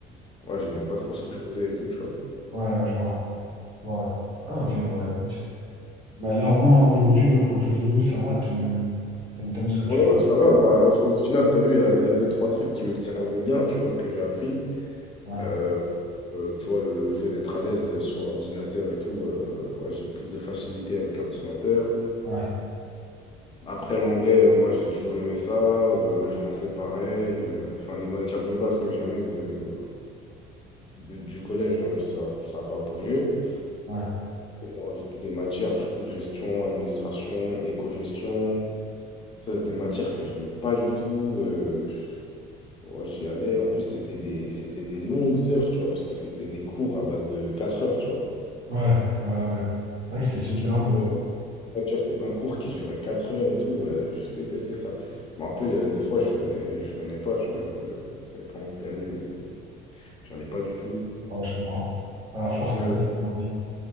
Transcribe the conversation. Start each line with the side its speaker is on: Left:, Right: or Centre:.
Left: ouais, j'aimais pas trop ce que je faisais et tout, tu vois.
Right: Ouais, je vois. Ouais. Ah, ok, bah écoute. Bah, là, au moins, aujourd'hui, ouais, au jour d'aujourd'hui, ça va, tu t'aimes, t'aimes ce que tu
Left: Ouais,
Right: fais.
Left: ouais, ça va. Bah, au, au final, tu as vu, il y a, il y a deux, trois trucs qui me servent bien, tu vois, que j'ai appris.
Right: Ouais,
Left: Euh, euh, tu vois, le, le fait d'être à l'aise euh, sur l'ordinateur et tout, euh, ouais, j'ai plus de facilité avec l'ordinateur.
Right: ouais,
Left: Après, l'anglais, euh, moi, j'ai toujours aimé ça. euh, le français, pareil. euh, Enfin, les matières de base que j'aimais de, de- du collège, euh, ça, ça n'a pas bougé.
Right: ouais,
Left: On rajouté des matières, du coup, gestion, administration, éco-gestion. Ça, c'est des matières que j'aimais pas du tout. euh, Ouais, j'y allais. En plus, c'était des, c'était des longues heures, tu vois, parce que c'était des cours à base de 4 heures, tu vois.
Right: ouais, ouais, ouais. ouais. C'est vrai que c'est super
Left: Pour qui-
Right: long.
Left: Euh, ouais, tu vois, c'était un cours qui durait 4 heures et tout. ouais, je détestais ça. Je me rappelle, euh, des fois, je venais, je venais pas, tu vois. Je j'avais pas envie d'aller. euh, J'en ai pas du tout.
Right: Ouais, je comprends. À force,
Left: Au final,
Right: après, t'as plus envie.